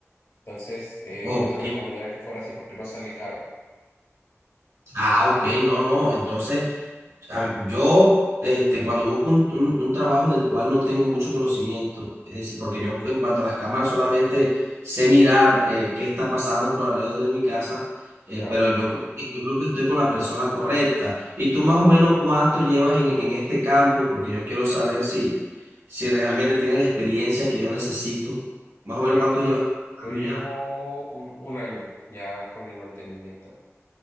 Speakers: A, on the left; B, on the right.
A: Entonces, eh,
B: Ok.
A: yo te recomendaría que fuera así porque no sale caro.
B: Ah, ok, no, no. Entonces. a- Yo, este, cuando busco un, un- un trabajo del cual no tengo mucho conocimiento, es decir, porque yo en cuanto a las cámaras solamente sé mirar eh, qué está pasando por alrededor de mi casa, eh,
A: Claro.
B: pero yo, cre- yo creo que estoy con la persona correcta. ¿Y tú más o menos cuánto llevas en, en este campo? Porque yo quiero saber si, si realmente tienes la experiencia que yo necesito. Más o menos
A: Eh,
B: cuánto llevas trabajando
A: yo llevo
B: ya.
A: un, un año ya con el mantenimiento.